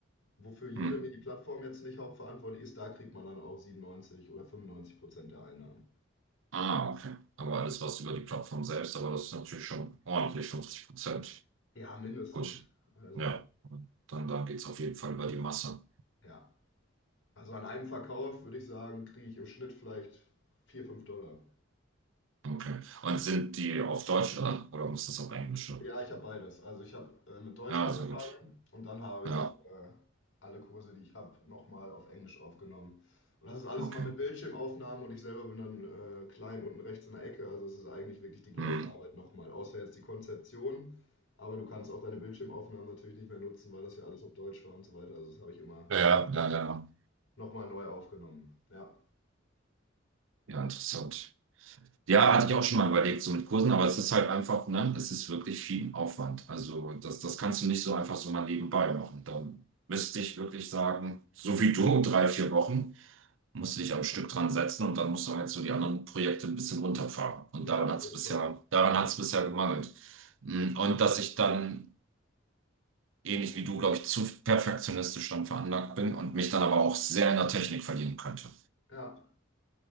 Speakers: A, on the left (about 75°); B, on the right (about 80°).
A: Wofür Udemy,
B: Mhm.
A: die Plattform, jetzt nicht hauptverantwortlich ist, da kriegt man dann auch 97 oder 95 Prozent der Einnahmen.
B: Ah, okay. Aber alles was über die Plattform selbst, aber das ist natürlich schon ordentlich 50 Prozent.
A: Ja, mindestens.
B: Gut.
A: Also,
B: Ja. dann da geht es auf jeden Fall über die Masse.
A: ja. Also an einem Verkauf würde ich sagen, kriege ich im Schnitt vielleicht 4, 5 Dollar.
B: Okay. Und sind die auf Deutsch oder, oder muss das auf Englisch? sein?
A: Ja, ich habe beides. Also ich habe äh, mit Deutsch
B: Ja,
A: angefangen
B: sehr gut.
A: und dann habe
B: Ja,
A: ich äh, alle Kurse, die ich habe, nochmal auf Englisch aufgenommen. Und das ist alles
B: okay.
A: immer mit Bildschirmaufnahmen und ich selber bin dann äh, klein unten rechts in der Ecke. Also es ist eigentlich wirklich die gleiche
B: Hm.
A: Arbeit nochmal, außer jetzt die Konzeption. Aber du kannst auch deine Bildschirmaufnahmen natürlich nicht mehr nutzen, weil das ja alles auf Deutsch war und so weiter. Also das habe ich immer
B: Ja, ja, ja. Ja,
A: nochmal neu aufgenommen. Ja.
B: Ja, interessant. Ja, hatte ich auch schon mal überlegt, so mit Kursen, aber es ist halt einfach, ne, es ist wirklich viel Aufwand. Also das, das kannst du nicht so einfach so mal nebenbei machen. Da müsste ich wirklich sagen, so wie du, drei, vier Wochen. musst du dich am Stück dran setzen und dann musst du halt so die anderen Projekte ein bisschen runterfahren. Und
A: Ja,
B: daran
A: auf
B: hat
A: jeden
B: es bisher,
A: Fall.
B: daran hat es bisher gemangelt. Mm, Und dass ich dann, ähnlich wie du, glaube ich, zu perfektionistisch dann veranlagt bin und mich dann aber auch sehr in der Technik verlieren könnte.
A: Ja,